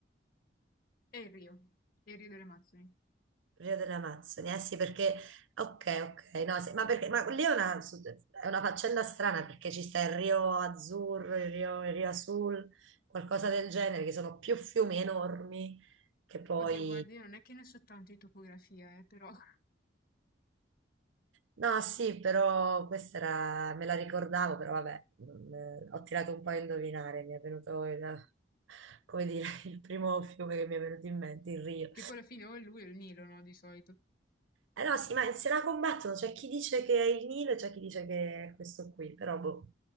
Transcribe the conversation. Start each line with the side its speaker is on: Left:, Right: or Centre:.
Left: è il Rio, è il Rio delle Amazzoni.
Right: Rio delle Amazzoni, eh sì, perché ok, ok, no, sì, ma perché ma lì è una, è una faccenda strana perché ci sta il Rio Azzurro, il Rio, il Rio Azul, qualcosa del genere, che sono più fiumi enormi che poi.
Left: Oddio, guarda, io non è che ne so tanto di topografia, eh, però... <laughs>
Right: No, sì, però questa era, me la ricordavo, però vabbè, non- eh, ho tirato un po' a indovinare, mi è venuto, il- come dire, <laughs> il primo fiume che mi è venuto in mente, il Rio.
Left: Che poi alla fine o è lui o il Nilo, no, di solito.
Right: Eh no, sì, ma se la combattono, c'è chi dice che è il Nilo e c'è chi dice che è questo qui, però boh.